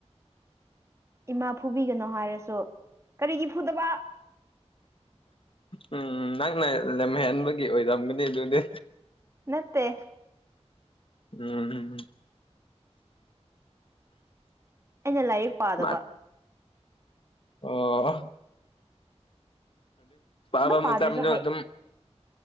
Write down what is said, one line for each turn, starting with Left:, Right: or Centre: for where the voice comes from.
Right: ꯏꯃꯥ ꯐꯨꯕꯤꯒꯅꯣ ꯍꯥꯏꯔꯁꯨ ꯀꯔꯤꯒꯤ ꯐꯨꯗꯕ
Left: ꯎꯝ ꯅꯪꯅ ꯂꯝꯍꯦꯟꯕꯒꯤ ꯑꯣꯏꯔꯝꯒꯅꯤ ꯑꯗꯨꯗꯤ
Right: ꯅꯠꯇꯦ
Left: ꯎꯝ
Right: ꯑꯩꯅ ꯂꯥꯏꯔꯤꯛ ꯄꯥꯗꯕ
Left: ꯃꯥ ꯑꯣ
Right: ꯑꯗꯨ
Left: ꯑ ꯕꯥ
Right: ꯄꯥꯗ꯭ꯔꯁꯨ
Left: ꯃꯆꯥꯅ
Right: ꯍꯩ
Left: ꯑꯗꯨꯝ